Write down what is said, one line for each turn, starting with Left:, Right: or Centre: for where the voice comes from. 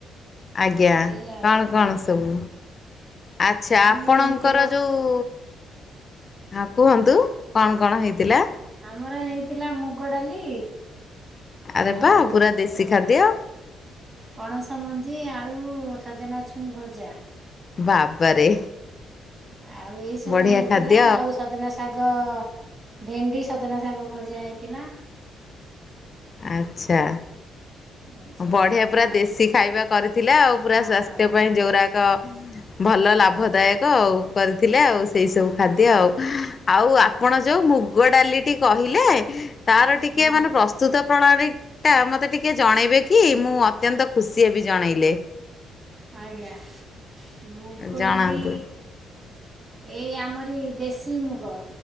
Left: ଆଜ୍ଞା
Right: ସେଇ ଆଉ।
Left: କଣ କଣ ସବୁ?
Right: ଉଁ
Left: ଆଚ୍ଛା ଆପଣଙ୍କର
Right: ହେଇଥିଲା
Left: ଯୋଉ ହଁ କୁହନ୍ତୁ କଣ କଣ ହେଇଥିଲା?
Right: ଆମର ହେଇଥିଲା ମୁଗ ଡାଲି
Left: ଆରେ
Right: ଆଉ
Left: ବା ପୁରା ଦେଶୀ ଖାଦ୍ୟ।
Right: ପଣସ ମଞ୍ଜି ଆଳୁ, ସଜନା ଛୁଇଁ ଭଜା।
Left: ବାବାରେ।
Right: ଆଉ ଏଇ ସବୁ
Left: ବଢିଆ
Right: ହେଇଥିଲା
Left: ଖାଦ୍ୟ
Right: ଆଉ ସଜନା ଶ୍ ଶାଗ, ଭେଣ୍ଡି, ସଜନା ଶାଗ ଭଜା ହେଇଥିଲା।
Left: ଆଚ୍ଛା।
Right: ଏଇ ସବୁ
Left: ବଢିଆ
Right: ହେଇଥିଲା
Left: ପୁରା
Right: ଆଉ
Left: ଦେଶୀ ଖାଇବା କରିଥିଲେ ଆଉ ପୁରା
Right: ହଁ।
Left: ସ୍ଵାସ୍ଥ୍ୟ ପାଇଁ ଯୋଉରା ତ ଭଲ ଲାଭଦାୟକ ଆଉ କରିଥିଲେ ଆଉ ସେଇ ସବୁ ଖାଦ୍ୟ ଆଉ ଉଁ ଆଉ
Right: ଆଜ୍ଞା
Left: ଆପଣ ଯୋଉ ମୁଗ ଡାଲିଟି କହିଲେ ତାର ଟିକେ
Right: ହୁଁ
Left: ମାନେ ପ୍ରସ୍ତୁତ ପ୍ରଣାଳୀଟା ମତେ ଟିକେ ଜଣେଇବେ କ୍ କି ମୁଁ ଅତ୍ୟନ୍ତ ଖୁସି ହେବି ଜଣେଇଲେ।
Right: ଆଜ୍ଞା ମୁଗ
Left: ଜଣାନ୍ତୁ
Right: ଡାଲି ଏଇ ଆମରି ଦେଶୀ ମୁଗ